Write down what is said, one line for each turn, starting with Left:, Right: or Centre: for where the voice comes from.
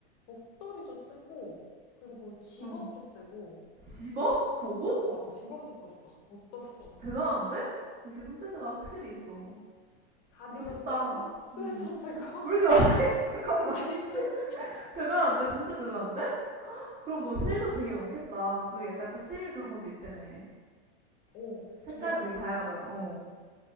Left: 목도리도 뜨고 그리고 집업도
Right: 응.
Left: 뜨고
Right: 집업? 그 옷?
Left: 어, 나 집업도 떴어. 못 떴어.
Right: 대단한데? 역시 손재주가 확실히 있어.
Left: 가디건
Right: 멋있다.
Left: 뜨고 스웨터
Right: 음.
Left: 뜨고
Right: 왜
Left: <laughs>
Right: 이렇게 많 <laughs> 잠깐만
Left: 많이 떴지.
Right: <laughs> 대단한데 진짜 대단한데? 그럼 너 실도 되게 많겠다. 그 약간 또 실 그런 것도 있다며.
Left: 오,
Right: 색깔도
Left: 이게 약간
Right: 되게 다양하잖아. 어.